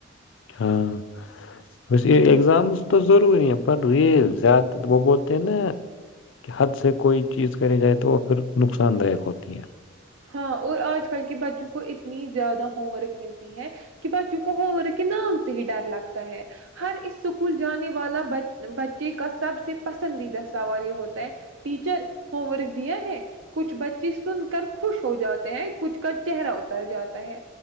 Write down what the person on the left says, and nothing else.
ہاں ویسے ایگزامس تو ضروری ہیں پر ری زیادہ وہ بولتے ہیں نا کہ حد سے کوئی چیز کری جائے تو وہ پھر نقصان دایک ہوتی ہے